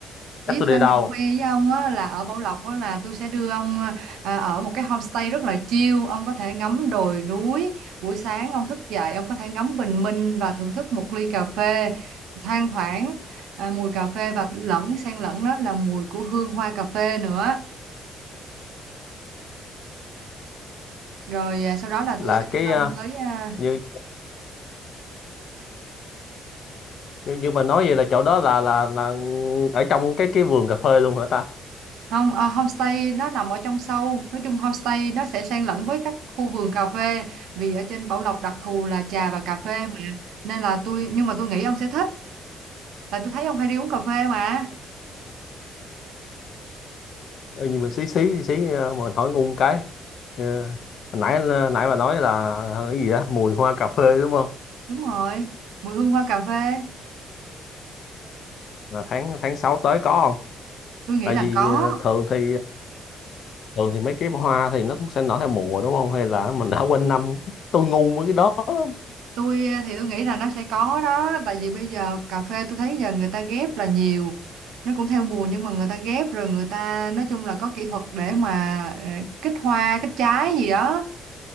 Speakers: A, on the left (about 65°); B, on the right (about 80°).
A: dắt
B: Ý tôi
A: tôi đi
B: đang
A: đâu?
B: định khoe với ông á, là ở Bảo Lộc á, là tôi sẽ đưa ông ờ, ở một cái homestay rất là chill, ông có thể ngắm đồi núi, buổi sáng ông thức dậy ông có thể ngắm bình minh và thưởng thức một ly cà phê thoang thoảng ờ, mùi cà phê và lẫn xen lẫn đó là mùi của hương hoa cà phê nữa rồi à, sau đó là
A: Là
B: tôi sẽ đưa
A: cái
B: ông
A: ờ,
B: tới à,
A: như như như mà nói vậy là chỗ đó là là là ở trong cái cái vườn cà phê luôn hả ta?
B: không à, homestay nó nằm ở trong sâu nói chung homestay nó sẽ xen lẫn với các khu vườn cà phê vì ở trên Bảo Lộc đặc thù là trà và cà phê mà nên là tôi nhưng mà tôi nghĩ ông sẽ thích tại tôi thấy ông hay đi uống cà phê mà
A: Ê, nhưng mà xí xí xí xí, ờ, mà hỏi ngu cái Ờ, hồi nãy nãy bà nói là ờ, cái gì đó mùi hoa cà phê đúng không
B: đúng rồi mùi hương hoa cà phê
A: là tháng tháng 6 tới có không
B: tôi nghĩ
A: tại
B: là
A: vì
B: có
A: ờ, thường thì thường thì mấy cái hoa thì nó cũng sẽ nở theo mùa đúng không hay là mình đã quên năm tôi ngu mấy cái đó lắm
B: tôi à, thì tôi nghĩ là nó sẽ có đó tại vì bây giờ cà phê tôi thấy giờ người ta ghép là nhiều nó cũng theo mùa nhưng mà người ta ghép rồi người ta nói chung là có kỹ thuật để mà ờ, kích hoa kích trái gì đó